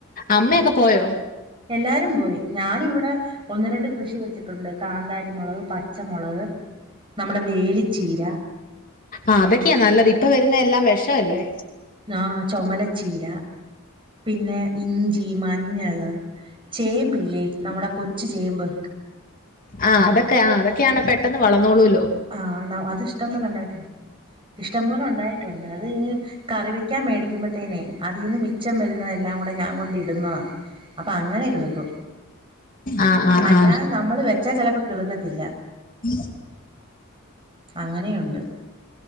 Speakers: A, on the left; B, on the right.
A: അമ്മയൊക്കെ പോയോ?
B: എല്ലാരും പോയി ഞാനിവിടെ ഒന്ന്, രണ്ട് കൃഷി വെച്ചിട്ടുണ്ട്. കാന്താരിമൊളക്, പച്ചമൊളക്, നമ്മുടെ വേലിച്ചീര
A: ആ അതൊക്കെയാ നല്ലത് ഇപ്പൊ വരുന്ന എല്ലാം വേശവല്ലേ.
B: ആ ചൊമല ചീരാ പിന്നെ ഇഞ്ചി, മ- മഞ്ഞള്, ചേമ്പില്ലേ നമ്മ്ടെ കൊച്ചു ചേമ്പ്.
A: ആഹ് അതൊക്കെ ആ അതൊക്കെയാണ് പെട്ടെന്ന് വളന്നോളൂവല്ലോ.
B: ആഹ് അത് ഇഷ്ടംപോലെ ഉണ്ടായിട്ടുണ്ട് ഇഷ്ടംപോലെ ഉണ്ടായിട്ടുണ്ട് അത് കറി വെക്കാൻ മേടിക്കുമ്പോഴത്തേനേ അതിന്ന് മിച്ചം വരുന്നതെല്ലാം കൂടെ ഞാൻ കൊണ്ടിടുന്നതാ അപ്പം അങ്ങനെ കിളി
A: ആ ആ
B: അല്ല
A: ആ
B: നമ്മള് വെച്ചാ ചിലപ്പോ കിളുകത്തില്ല
A: ഉം
B: അങ്ങനെയുണ്ട്